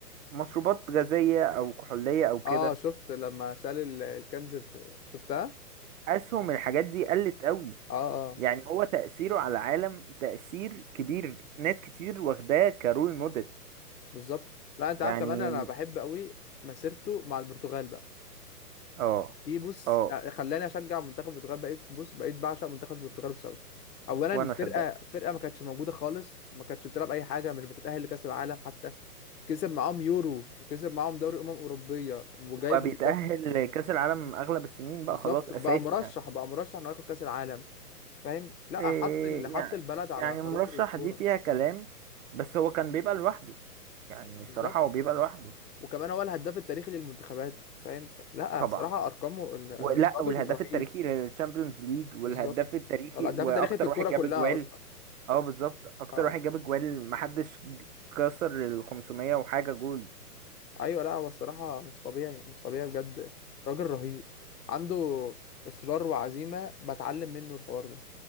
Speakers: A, on the right; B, on the left.
A: مشروبات غازيه او كحوليه او كده
B: اه شفت لما شال ال- الكنز بت- شفتها
A: اسهم الحاجات دي قلت قوي
B: اه اه
A: يعني هو تاثيره على العالم تاثير كبير ناس كتير واخداه كرول موديل
B: بالظبط لا انت
A: يعني
B: عارف كمان انا بحب قوي مسيرته مع البرتغال بقى
A: اه
B: دي بص
A: اه
B: آه، خلاني اشجع منتخب البرتغال بقيت بص بقيت بعشق منتخب البرتغال بسببه اولا
A: وانا
B: فرقة
A: صدقت
B: فرقة ما كانتش موجودة خالص ما كانتش بتلعب اي حاجة مش بتتأهل لكأس العالم حتى كسب معاهم يورو وكسب معاهم دوري امم اوروبيه وجايب
A: وبقى بيتأهل
B: هداف
A: لكأس العالم اغلب السنين بقى
B: بالظبط
A: خلاص اساسي
B: وبقى مرشح
A: يعني
B: بقى مرشح انه ياخد كأس العالم فاهم لا
A: إيه
B: حط ال... حط
A: يعني
B: البلد على
A: يعني
B: خريطة
A: مرشح
B: الكورة
A: دي فيها كلام بس هو كان بيبقى لوحده يعني
B: بالظبط
A: الصراحة هو بيبقى لوحده
B: وكمان هو الهداف التاريخي للمنتخبات فاهم ف... لا
A: طبعا
B: الصراحة أرقامه ال- الراجل
A: ولا والهداف
B: رهيب
A: التاريخي للتشامبيونز ليج والهداف
B: بالظبط
A: التاريخي
B: هو الهداف
A: واكتر
B: التاريخي في الكورة
A: واحد جاب
B: كلها
A: اجوال
B: أصلا
A: اه بالظبط اكتر
B: آه.
A: واحد جاب اجوال محدش كسر ال 500 وحاجة جول
B: أيوة لا هو الصراحة مش طبيعي مش طبيعي بجد راجل رهيب عنده إصرار وعزيمة بتعلم منه الحوار ده